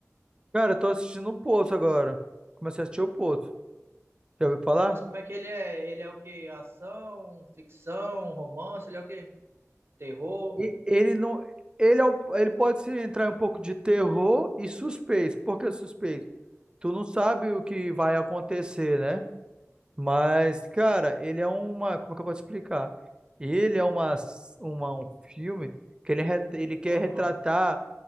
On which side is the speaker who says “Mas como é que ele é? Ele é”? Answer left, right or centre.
Right